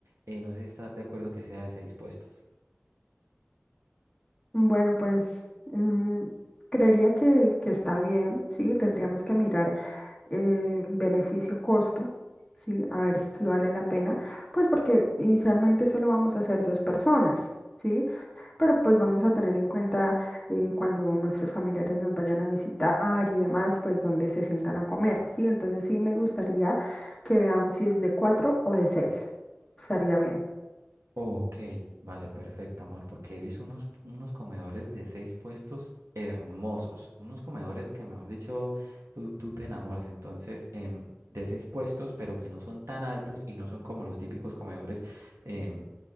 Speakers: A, on the right (about 75°); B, on the left (about 15°).
A: eh, no sé si estás de acuerdo que sea de seis puestos.
B: bueno, pues mm, creería que, que está bien, sí, tendríamos que mirar eh, beneficio-costo, sí, a ver si vale la pena, pues porque inicialmente solo vamos a ser dos personas, sí. pero pues vamos a tener en cuenta eh, cuando nuestros familiares nos vayan a visitar y demás, pues dónde se sientan a comer, ¿sí? Entonces sí me gustaría que veamos si es de cuatro o de seis. Estaría bien.
A: Ok, vale, perfecto, amor, porque he visto unos, unos comedores de seis puestos hermosos, unos comedores que, mejor dicho, tú, tú te enamoras, entonces, em, de seis puestos, pero que no son tan altos y no son como los típicos comedores em,